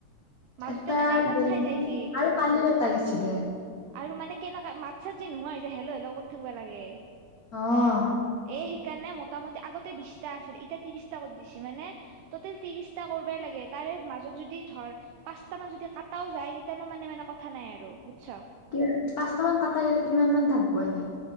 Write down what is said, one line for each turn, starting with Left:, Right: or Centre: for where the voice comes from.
Right: মাজতে
Left: এটা
Right: মানে কাপ
Left: গেল
Right: খাই
Left: নেকি
Right: যায় যি
Left: আৰু কালিও এটা গেছি দে।
Right: আৰু মানে, কেনেকা মাত চাত যে নোহোৱা হৈ যায়। হেল্ল' হেল্ল' কৰি থাকিবা লাগে।
Left: অঁ!
Right: এ, সেইকাৰণে, মোটামটি আগতে বিশটা আছিল। এতিয়া ত্ৰিশটা কৰি দিছে, মানে টোটেল ত্ৰিশটা কৰবাই লাগে। তাৰে মাজত যদি ধৰ পাঁচটা মান যদি কাটাও যায়, তেতিয়ানো মানে মানে কথা নাই আৰু। আচ্ছা!
Left: কি পাঁচটা মান কাটা গ'লে কিমান মান থাকিব এনেই